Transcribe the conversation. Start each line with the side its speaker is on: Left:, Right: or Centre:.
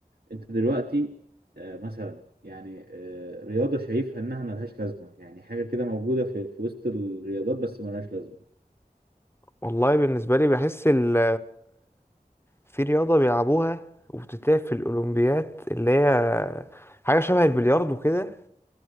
Right: انت دلوقتي آه، مثلا يعني آه، رياضة شايفها انها ملهاش لازمة يعني حاجة كده موجودة في, في وسط الرياضات بس ملهاش لازمة
Left: والله بالنسبة لي بحس ال في رياضة بيلعبوها وبتتلعب في الأولمبيات اللي هي حاجة شبه البلياردو كده